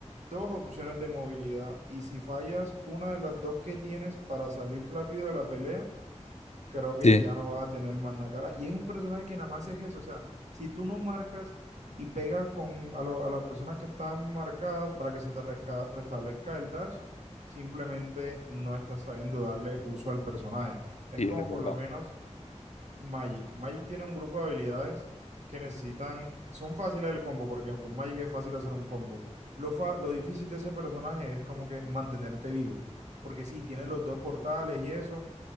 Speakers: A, on the right; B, on the left.
A: dos opciones de movilidad y si fallas una de las dos que tienes para salir rápido de la pelea, creo que
B: Sí.
A: ya no vas a tener más nada cara. Y es un personaje que nada más es eso, o sea, si tú no marcas y pegas con a, lo- a las personas que están marcadas para que se te resca- restablezca el dash, simplemente no estás sabiendo darle uso al personaje. Es
B: Sí,
A: como
B: eso es verdad.
A: por lo menos Magic. Magic tiene un grupo de habilidades que necesitan, son fáciles el combo, porque con Magic es fácil hacer un combo. Lo, fa- lo difícil de ese personaje es como que mantenerte vivo, porque sí, tiene los dos portales y eso,